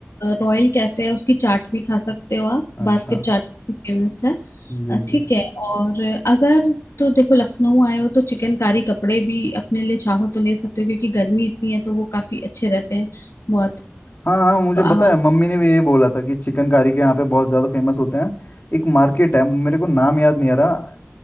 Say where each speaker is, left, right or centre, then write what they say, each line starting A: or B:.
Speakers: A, on the left (about 75°); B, on the left (about 40°).
A: रॉयल कैफे है उसकी चाट भी खा सकते हो आप
B: अच्छा
A: बास्केट चाट काफी फेमस है
B: जी
A: अ,
B: जी
A: ठीक है और अगर तो देखो लखनऊ आए हो तो चिकनकारी कपड़े भी अपने लिए चाहो तो ले सकते हो क्योंकि गर्मी इतनी है तो वो काफी अच्छे रहते हैं बहुत
B: हाँ हाँ मुझे
A: तो आवाम
B: पता है मम्मी ने भी यही बोला था कि चिकनकारी के यहाँ पे बहुत ज़्यादा फेमस होते हैं एक मार्केट है मेरे को नाम याद नहीं आ रहा